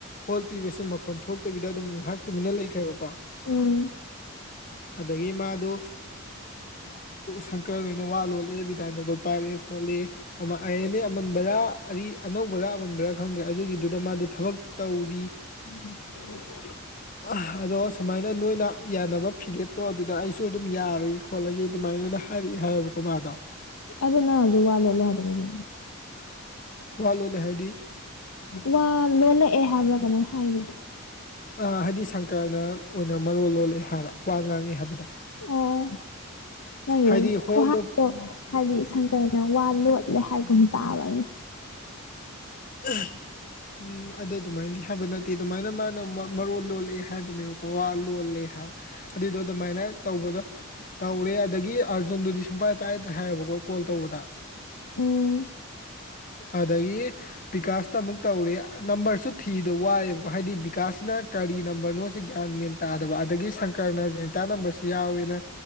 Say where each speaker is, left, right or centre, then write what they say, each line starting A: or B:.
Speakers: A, on the left; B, on the left.
A: ꯍꯣꯜ ꯄꯤꯕꯁꯦ ꯃꯈꯣꯟ ꯊꯣꯛꯇꯕꯤꯗ ꯑꯗꯨꯝ ꯉꯥꯏꯍꯥꯛꯇꯨꯃꯤꯟꯅ ꯂꯩꯈ꯭ꯔꯦꯕꯀꯣ
B: ꯎꯝ
A: ꯑꯗꯒꯤ ꯃꯥꯗꯣ ꯁꯪꯀꫪꯍꫭꯏꯗ ꯋꯥ ꯂꯣꯠꯂꯦ ꯕꯤꯗꯥꯏꯟꯗꯗꯣ ꯄꯥꯏꯔꯦ ꯈꯣꯠꯂꯤ ꯑꯃ ꯑꯥꯏ ꯑꯦꯟ ꯑꯦ ꯑꯃꯟꯕꯔ ꯑꯔꯤ ꯑꯅꯧꯕꯔ ꯑꯃꯟ ꯕ꯭ꯔ ꯈꯪꯗ꯭ꯔꯦ ꯑꯗꯨꯒꯤꯗꯨꯗ ꯃꯥꯗꯨ ꯊꯕꯛ ꯇꯧꯔꯤ
B: <unintelligible>
A: ꯑ ꯑꯗꯣ ꯁꯨꯃꯥꯏꯅ ꯅꯣꯏꯅ ꯌꯥꯅꯕ ꯐꯤꯔꯦꯞꯇꯣ ꯑꯗꯨꯗ ꯑꯩꯁꯨ ꯑꯗꯨꯝ ꯌꯥꯔ ꯈꯣꯠꯂꯒꯦ ꯑꯗꯨꯃꯥꯏꯅ ꯑꯣꯏꯅ ꯍꯥꯏꯔꯛꯏ ꯍꯥꯏꯌꯦꯕꯀꯣ ꯃꯥꯗꯣ
B: ꯑꯗꯨ ꯅꯪ ꯍꯧꯖꯤꯛ ꯋꯥ ꯂꯣꯜꯂꯦ ꯍꯥꯏꯗ‌ꯣ ꯀꯩꯒꯤꯅꯣ
A: ꯋꯥ ꯂꯣꯜꯂꯦ ꯍꯥꯏꯗꯤ
B: ꯋꯥ ꯂꯣꯜꯂꯛꯑꯦ ꯍꯥꯏꯕ꯭ꯔꯥ ꯀꯩꯅꯣꯝ ꯍꯥꯏꯈꯤ
A: ꯑꯥ ꯍꯥꯏꯗꯤ ꯁꯪꯀꯔꯅ ꯑꯣꯏꯅ ꯃꯔꯣꯜ ꯂꯣꯜꯂꯛꯑꯦ ꯍꯥꯏꯕ ꯋꯥ ꯉꯥꯡꯉꯛꯑꯦ ꯍꯥꯏꯕꯗꯣ
B: ꯑꯣ ꯅꯪꯒꯤꯗꯣ
A: ꯍꯥꯏꯗꯤ ꯍꯣꯜꯗꯣ
B: ꯈꯨꯍꯥꯏ ꯍꯥꯏꯗꯤ ꯁꯪꯀꯔꯅ ꯋꯥ ꯂꯣꯠꯂꯦ ꯍꯥꯏꯒꯨꯝ ꯇꯥꯕ ꯑꯩꯅ
A: <unintelligible> ꯎꯝ ꯑꯗꯨ ꯑꯗꯨꯃꯥꯏꯅ ꯍꯥꯏꯕ ꯅꯠꯇꯦ ꯑꯗꯨꯃꯥꯏꯅ ꯃꯥꯅ ꯃꯔꯣꯟ ꯂꯣꯜꯂꯛꯑꯦ ꯍꯥꯏꯕꯅꯦꯕꯀꯣ ꯋꯥ ꯂꯣꯜꯂꯦ ꯍꯥꯏꯕ ꯑꯗꯨꯏꯗꯣ ꯑꯗꯨꯃꯥꯏꯅ ꯇꯧꯕꯗꯣ ꯇꯧꯔꯦ ꯑꯗꯒꯤ ꯑꯥꯔꯖꯨꯟꯗꯨꯗꯤ ꯁꯨꯡꯄꯥꯏ ꯄꯥꯏꯔꯛꯇꯔꯦ ꯍꯥꯏꯌꯦꯕꯀꯣ ꯀꯣꯜ ꯇꯧꯕꯗ
B: ꯎꯝ
A: ꯑꯗꯒꯤ ꯕꯤꯀꯥꯁꯇ ꯑꯃꯨꯛ ꯇꯧꯔ‌ꯦ ꯅꯝꯕꯔꯁꯨ ꯊꯤꯕꯗ ꯋꯥꯏꯑꯦꯕꯀ‌ꯣ ꯍꯥꯏꯗꯤ ꯕꯤꯀꯥꯁꯅ ꯀꯔꯤ ꯅꯝꯕꯔꯅꯣꯁꯦ ꯒ꯭ꯌꯥꯟ ꯃꯦꯟ ꯇꯥꯗꯕ ꯑꯗꯒꯤ ꯁꯪꯀꯔꯅ ꯖꯅꯤꯇꯥ ꯅꯝꯕꯔꯁꯦ ꯌꯥꯎꯋꯦꯅ